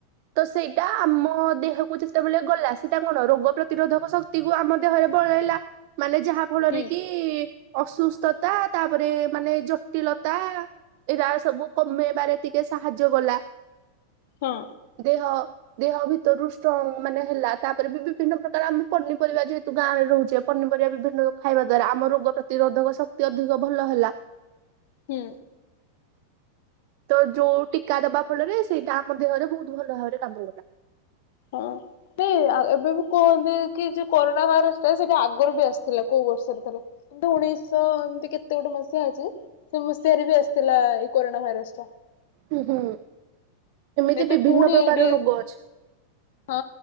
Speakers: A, on the right (about 45°); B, on the left (about 50°).
A: ତ ସେଇଟା ଆମ ଦେହକୁ ଯେତେବେଳେ ଗଲା ସେଇଟା କଣ ରୋଗ ପ୍ରତିରୋଧକ ଶକ୍ତି ତି କୁୁ ଆମ ଦେହରେ ବଳେଇଲା ମାନେ ଯାହା ଫଳରେ
B: ହୁଁ
A: କି ତି ଅସୁସ୍ଥତା ତାପରେ ମାନେ ଜଟିଳତା ଏଇଟା ସବୁ କମେଇବାରେ ଟିକେ ସାହାଯ୍ୟ କଲା।
B: ହଁ।
A: ଦେହ ଦେହ ଭିତରୁ ଷ୍ଟ୍ରଙ୍ଗ ମାନେ ହେଲା ତାପରେ ବି ବିଭିନ୍ନ ପ୍ରକାର ଆମେ ପନିପରିବା ଯେହ ତୁ ଗାଁ ରେ ରହୁଛେ ପନିପରିବା ବିଭିନ୍ନ ଖାଇବା ଦ୍ଵାରା ଆମ ରୋଗ ପ୍ରତିରୋଧକ ଶକ୍ତି ଅଧିକ ଭଲ ହେଲା।
B: ହୁଁ।
A: ତ ଯୋଉ ଟୀକା ଦବା ଫଳରେ ସେଇଟା ଆମ ଦେହରେ ବହୁତ ଭଲ ଭାବରେ କାମ କଲା।
B: ହଁ। ନାଇଁ ଆ ଏବେ ବି କୁହନ୍ତି କି ଯୋଉ କରୋନା ଭାଇରସ ଟା ସେଟା ଆଗରୁ ବି ଆସିଥିଲା କୋଉ ବର୍ଷରେ ଥରେ। କିନ୍ତୁ ଉଣେଇଶହ ଏମତି କେତେ ଗୋଟେ ମସିହା ଅଛି ସେ ମସିହାରେ ବି ଆସିଥିଲା ଏଇ କରୋନା ଭାଇରସ ଟା।
A: ହୁଁ ହୁଁ ଏମିତି
B: ଏବେ
A: ବିଭିନ୍ନ
B: ପୁଣି
A: ପ୍ରକାର
B: ଏଇଠି
A: ରୋଗ ଅଛି।
B: ହଁ